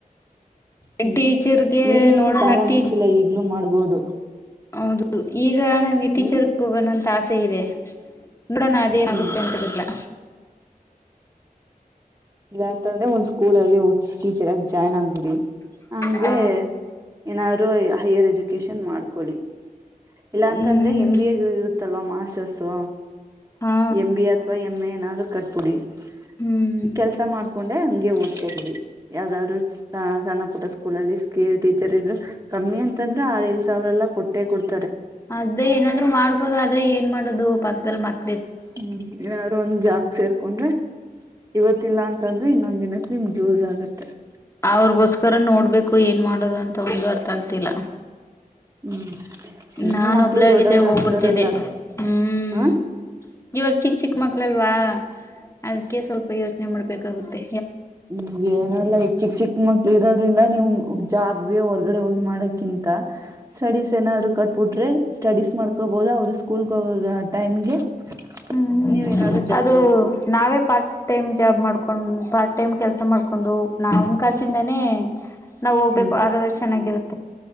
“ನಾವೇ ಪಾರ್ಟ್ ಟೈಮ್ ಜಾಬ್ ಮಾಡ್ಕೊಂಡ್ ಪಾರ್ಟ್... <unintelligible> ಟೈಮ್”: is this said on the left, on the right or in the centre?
Left